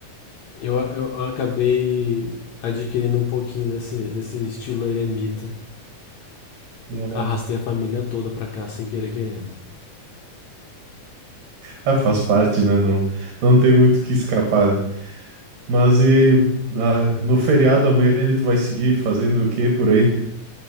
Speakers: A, on the left; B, on the right.
A: Eu, eu, acabei adquirindo um pouquinho desse, desse estilo eremita e
B: Aham.
A: arrastei
B: <laughs>
A: a família toda pra cá sem querer querendo.
B: Ah, faz parte, né? Não, não tem muito o que escapar, né? Mas e
A: E,
B: ah, no feriado amanhã ele tu vai seguir fazendo o quê por aí?